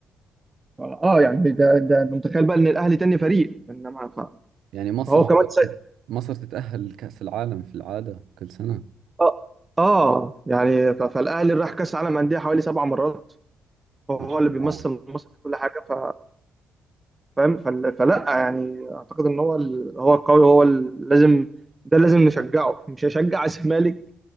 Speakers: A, on the right; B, on the right.
A: اه يعني ده ده أنت متخيل بقى ان الاهلي تاني فريق انما ف-
B: يعني مصر
A: فهو كمان س...
B: مصر تتأهل لكأس العالم في العادة كل سنة
A: اه اه يعني ف- فالاهلي راح كاس عالم انديه حوالي سبع مرات فهو
B: ما شاء
A: اللي
B: الله
A: بيمثل مصر في كل حاجه ف فاهم فال- فلا يعني اعتقد ان هو ال... هو القوي هو ال... لازم ده لازم نشجعه مش هشجع <laughs> الزمالك